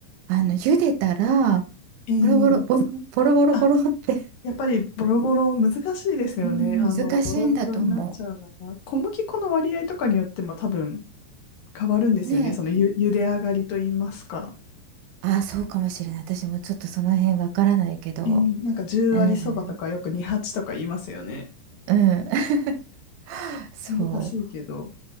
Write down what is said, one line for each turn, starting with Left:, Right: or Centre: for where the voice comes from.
Right: あの、茹でたら、
Left: ええ
Right: ボロボロ、ボロボロボロボロって、
Left: あ、やっぱりボロボロ、難しいですよね。
Right: うん、
Left: あの、
Right: 難しいんだと思
Left: ボロボロになっちゃうのが。小麦粉の割合とかによっても多分変わるんですよね。
Right: う。ねえ。
Left: そのゆ、茹で上がりと言いますか。
Right: ああ、そうかもしれない。私もちょっとその辺わからないけど。
Left: ええなんか10割そばとかよく28とか言いますよね。
Right: うん。うん。<laughs> そ
Left: 難しいけど。